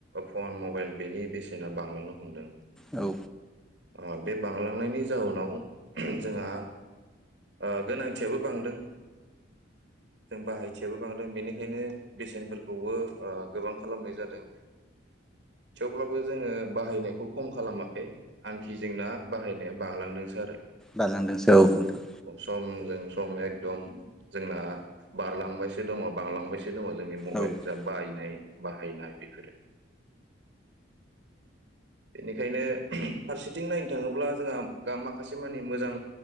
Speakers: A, on the right; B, in the centre.
A: फन मबाइल बेनि बेसेना बांलांनो हमदों
B: औ
A: ओ बे बांलांनायनि जाउनाव जोंहा ओ गोनांथियाबो बांदों जों बाहाय गोनांथियाबो बांदों बेनिखायनो बेसेनफोरखौबो ओ गोबां खालामनाय जादों थेवब्लाबो जोङो बाहायनायखौ खम खालामाखै आनखि जोंना बाहायनायाबो बांलांदोंसो आरो
B: बांलांदोंसो औ नोंथां
A: समजों सम एकदम जोंना बारलांबायसो दङ बांलांबायसो जे दङ जोंनि मबाइल
B: औ
A: जा बाहायनाय बाहायनाय बेफोरो बेनिखायनो फारसेथिं नायनो थाङोब्ला जोंहा माखासे मानि मोजां